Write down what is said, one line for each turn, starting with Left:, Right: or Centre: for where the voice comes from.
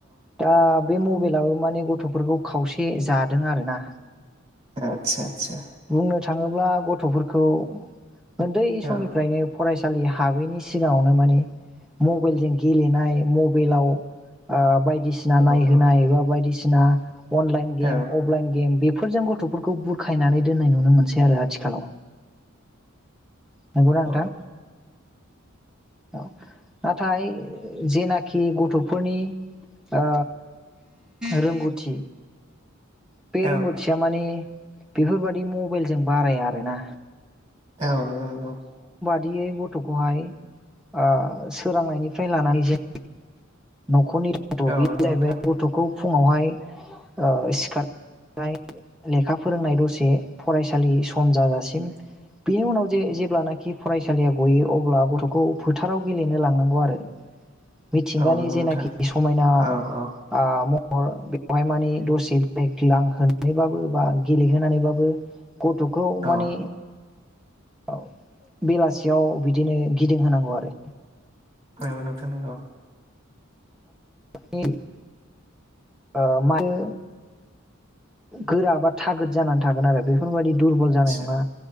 Centre: दा बे मबेल अब्लाबो माने गथ'फोरखौ खावसे जादों आरो ना।
Right: आतसा आतसा।
Centre: बुंनो थाङोब्ला गथ'फोरखौ ओन्दै समनिफ्रायनो
Right: औ
Centre: फरायसालि हाबैनि सिगाङावनो माने मबेलजों गेलेनाय मबेलाव ओ बाय दिसिना
Right: औ
Centre: नायहोनाय
Right: औ
Centre: बा बायदिसिना सिना अनलाइन
Right: औ
Centre: गेम अफलाइन गेम बे फोरजों गथ'फोरखौ बुरखायनानै दोननाय नुनो मोनसै आरो आथिखालाव। नंगौना नोंथां?
Right: औ
Centre: औ नाथाय जेनाखि गथ'फोरनि ओ रोंगौथि बेे
Right: औ
Centre: रोंगथिया माने बेफोरबादि बे मबाइलजों बाराया आरोना।
Right: औ नंगौ नंगौ।
Centre: दियै गथ'खौहाय ओ सोरांनायनिफ्राय लानानै जे खरनि गथ'
Right: औ
Centre: बेयो
Right: नंगौ
Centre: जाहैबाय
Right: नोंथां
Centre: गथ'खौ फुङावहाय ओं सिखारनाय लेखा फोरोंनाय दसे फरायसालि सम जाजासिम बेनि उनाव जे जेब्लानाखि फरायसालिया गयो अब्ला गथ'खौ फोथाराव गेलेनो लांनांगौ आरो। मिथिंगानि
Right: औ नंगौ
Centre: जेनाखि
Right: नोंथां
Centre: समायना
Right: औ औ
Centre: ओं महर ओं बेवहाय माने दसे बेरायग्लांहोनानैबाबो बा गेलेहोनानैबाबो गथ'खौ
Right: औ
Centre: माने औ बेलासियाव बिदिनो गिदिं होनांगौ आरो।
Right: नंगौ नोंथां नंगौ।
Centre: <unintelligible> ओं माने गोरा बा थागद जानानै थागोन आरो बेफोरबायदि दुरबल
Right: आदसा
Centre: जानाय नङा